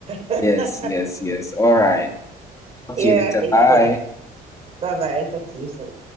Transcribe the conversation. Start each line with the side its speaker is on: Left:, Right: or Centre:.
Right: <laughs>
Left: Yes, yes, yes. All right. Talk
Right: yeah,
Left: to you later.
Right: take
Left: Bye.
Right: care. Bye bye. Talk to you soon.